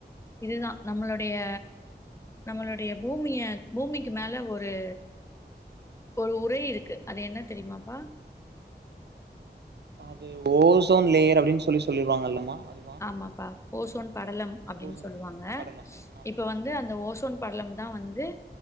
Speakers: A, on the left (about 15°); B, on the right (about 75°).
A: இதுதா நம்மளுடைய நம்மளுடைய பூமிய பூமிக்கு மேல ஒரு ஒரு உறை இருக்கு அது என்ன தெரியுமாப்பா
B: அது ஓசோன் லேயர் அப்டின் சொல்லி சொல்லிருவாங்கல்லமா அது
A: ஆமாப்பா ஓசோன் படலம் அப்டின்
B: ஓசோன்
A: சொல்லுவாங்க
B: படலம் ஆ
A: இப்போ வந்து அந்த ஓசோன் படலம் தா வந்து